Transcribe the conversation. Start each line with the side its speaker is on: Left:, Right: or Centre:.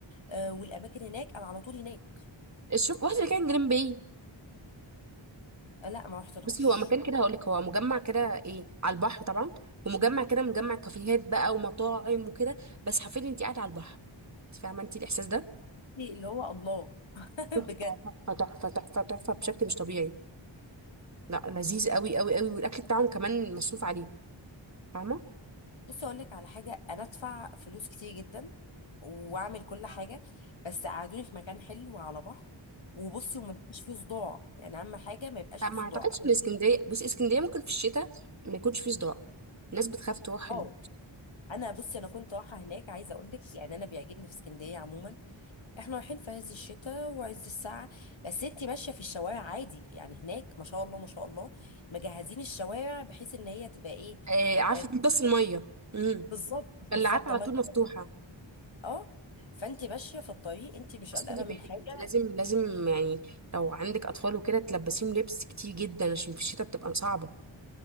Left: آه والاماكن هناك انا على طول هناك
Right: شوف واحد اللي كان جرين باي
Left: آه لا ما رحتلهاش
Right: بصي هو مكان
Left: ما
Right: كده
Left: <laughs>
Right: هقول لك هو مجمع كده ايه على البحر طبعا ومجمع كده مجمع كافيهات بقى ومطاعم وكده بس حرفيا انت قاعده على البحر انت فاهمه انت الاحساس ده
Left: إيه اللي هو الله <laughs>
Right: تحفه
Left: بجد
Right: تحفه تحفه تحفه تحفه بشكل مش طبيعي لا لذيذ قوي قوي قوي والاكل بتاعهم كمان مصروف عليه فاهمه
Left: بص اقول لك على حاجه انا ادفع فلوس كتير جدا واعمل كل حاجه بس قعدوني في مكان حلو على بحر وبصي وما يبقاش فيه صداع يعني اهم حاجه ما يبقاش
Right: لا
Left: فيه
Right: ما
Left: صداع
Right: اعتقدش
Left: أو
Right: ان اسكندريه
Left: كده
Right: بص اسكندريه ممكن في الشتاء ما يكونش فيه صداع الناس بتخاف تروح ال...
Left: اه انا بصي انا كنت رايحه هناك عايزه اقول لك يعني انا بيعجبني في اسكندريه عموما احنا رايحين في عز الشتاء وعز الساعة بس انتي ماشية في الشوارع عادي يعني هناك ما شاء الله ما شاء الله مجهزين الشوارع بحيث ان هي تبقى ايه
Right: آه عارفه
Left: آه
Right: بس الميه امم
Left: بالظبط
Right: البلاعات
Left: بالظبط
Right: على
Left: الله
Right: طول
Left: يبارك.
Right: مفتوحه
Left: اه فانتي ماشية في الطريق انتي مش
Right: بس
Left: قلقانة
Right: خدي بالك
Left: من حاجة
Right: انت لازم لازم يعني لو عندك اطفال وكده تلبسيهم لبس كتير جدا عشان في الشتاء بتبقى صعبه